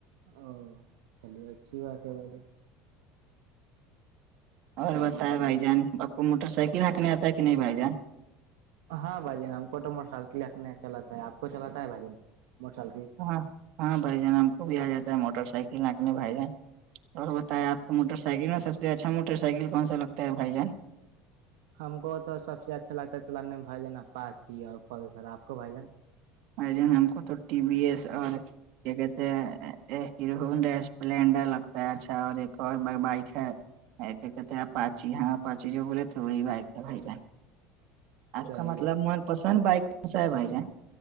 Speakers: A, on the right; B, on the right.
A: او چلیے اچھی بات ہے بات
B: اور بت بھائی جان آپ کو موٹر سائیکل ہانکنے آتا ہے کہ نہیں بھائی جان
A: ہاں بھائین ہم کو تو موٹر سائیکل رکھنے چلاتا ہے آپ کو چلا ہے بھائین موٹر سائیکل
B: ہاں ہاں بھائی جان ہم کو بھی آ جاتا ہے موٹر سائیکل آنکھنے بھائی جان اور بتائے آپ کو موٹر سائل میں سب سے اچھا موٹر سائیکل کون سا لگتا ہے بھائی جان
A: ہم کو تو سب سے اچھا لگتا ہے چلانے بھائی جانا پاچی اور پلسر آپ کو بھائی جان
B: آ جن ہم کو تو ٹی بی ایس اور کیا کہتے ہیں ہیرو اسپلینڈر لگتا ہے اچھا اور ایک اور بائک ہے ایک ایک کہ تھ پچی ہاں پچی جو بولے تھ بائی جائے آپ
A: چلیے
B: کا مطلب من پسند بائک کونسا ہے بھائی جان